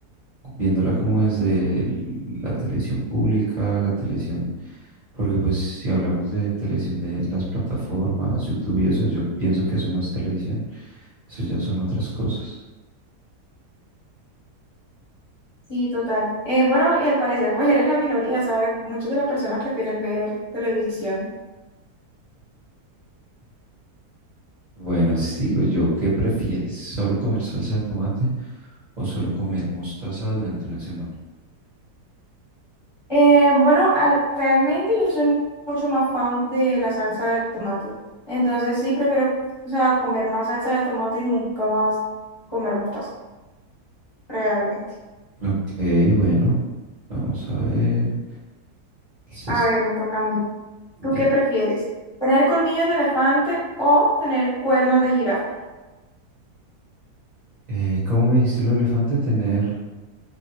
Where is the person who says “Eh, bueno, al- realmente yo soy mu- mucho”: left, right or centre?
Left